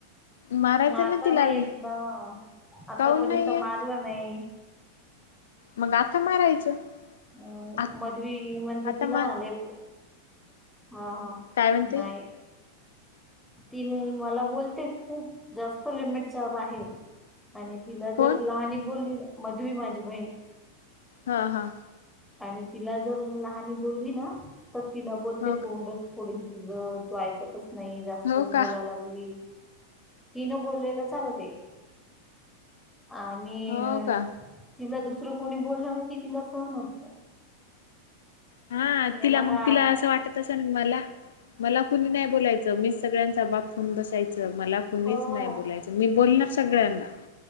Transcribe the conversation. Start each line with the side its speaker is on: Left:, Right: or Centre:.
Left: मारायचं
Centre: मारता
Left: ना तिला
Centre: नाही
Left: बी
Centre: येत ना आतापर्यंत
Left: काऊन नाहीये
Centre: मारलं नाही.
Left: मग आता मारायचं.
Centre: अम
Left: आ
Centre: मधवी म्हंते
Left: आता
Centre: तिला
Left: मार
Centre: लेबू हा हा
Left: काय म्हणते?
Centre: नाही ती मला बोलते खूप जास्त लिमिटच्या बाहेर. आणि तिला
Left: कोण
Centre: जर लहानी बोलली मधवी माझी बहीण
Left: हा हा.
Centre: आणि तिला जर लहानी बोलली ना तर तिला बोलते
Left: हो का
Centre: तोंडच फोडीन तुझ तू ऐकतच नाही जास्तच
Left: हो का
Centre: बोलायला लागली. तिनं बोललेलं चालतय आणि
Left: हो का
Centre: तिला दुसरं कोणी बोलल ना की तिला सहन होत नाही
Left: हा
Centre: याला
Left: तिला
Centre: काय
Left: मंग तिला
Centre: अर्थ
Left: असं वाटत असन मला मला कुणी नाही बोलायचं मी सगळ्यांचा बाप हून बसायचं मला कुणीच
Centre: हो
Left: नाही बोलायचं मी बोलणार सगळ्यांना